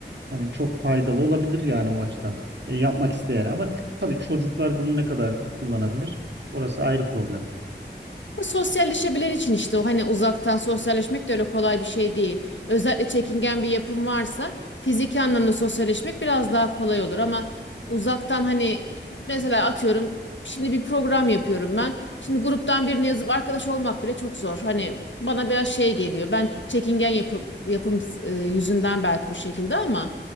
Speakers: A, on the right; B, on the left.
A: hani çok faydalı olabilir yani o açıdan. E, yapmak isteyen ama ç- tabii çocuklar bunu ne kadar kullanabilir? Orası ayrı problem.
B: Sosyalleşebilen için işte o hani uzaktan sosyalleşmek de öyle kolay bir şey değil. Özellikle çekingen bir yapım varsa fiziki anlamda sosyalleşmek biraz daha kolay olur ama uzaktan hani mesela atıyorum şimdi bir program yapıyorum ben. Şimdi gruptan birine yazıp arkadaş olmak bile çok zor. Hani bana biraz şey geliyor. Ben çekingen yapı, yapım e, yüzünden belki bu şekilde ama